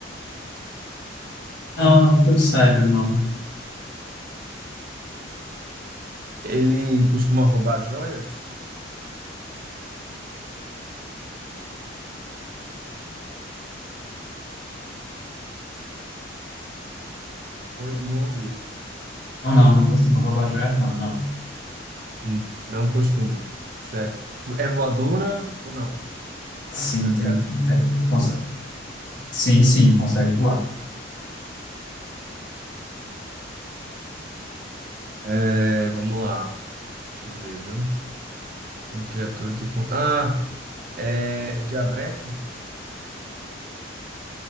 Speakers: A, on the left; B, on the right.
A: não que eu saiba, não.
B: ele costuma roubar joias? Oi, não ouvi.
A: Não, não, não costuma roubar joias, não, não.
B: N- Não costuma. Certo. É voadora ou não?
A: Sim,
B: É uma
A: tem,
B: criatura
A: tem-
B: voadora?
A: cons- Sim, sim, consegue voar.
B: É, vamos lá. Deixa eu ver, viu? Uma criatura que. com- Ah! É é diabrete? <laughs>